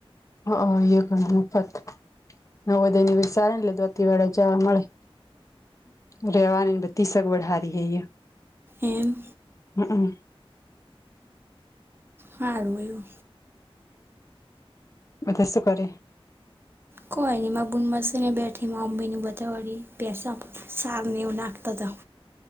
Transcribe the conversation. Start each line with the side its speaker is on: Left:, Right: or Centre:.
Left: હઅન એ ઘણ મુફત નવદયની <unintelligible> આવેને એટલે <unintelligible> વાલામાં જવા મળે રહેવાની ને બધી સગવડ હારી હે અઇયા
Right: એમ.
Left: હઅમ
Right: હાલૂ.
Left: બધા શું કરે
Right: કોઈ નઈ મા બુન મશીને બેઠી મમ્મી ને બધવાળી પ્યાસ સાર ને એવુ નાખતા હતા.